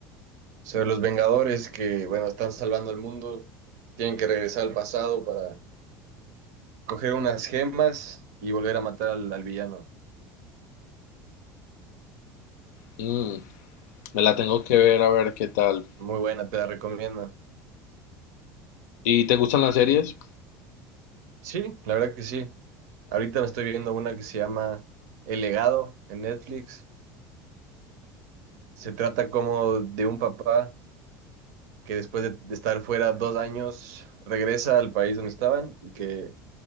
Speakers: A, on the right (about 70°); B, on the left (about 70°).
A: Sobre los Vengadores que, bueno, están salvando al mundo, tienen que regresar al pasado para coger unas gemas y volver a matar al, al villano.
B: Mm, me la tengo que ver a ver qué tal.
A: Muy buena, te la recomiendo.
B: ¿Y te gustan las series?
A: Sí, la verdad que sí. Ahorita me estoy viendo una que se llama El Legado en Netflix. Se trata como de un papá que después de de estar fuera dos años regresa al país donde estaban y que